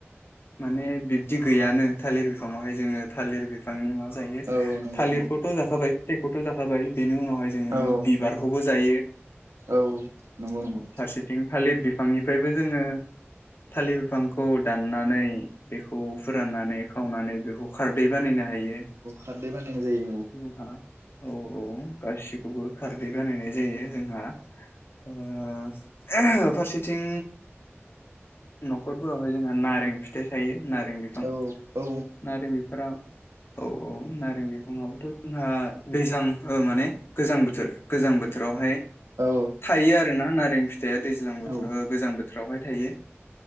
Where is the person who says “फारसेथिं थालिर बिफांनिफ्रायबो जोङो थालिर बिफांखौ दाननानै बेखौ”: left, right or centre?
Left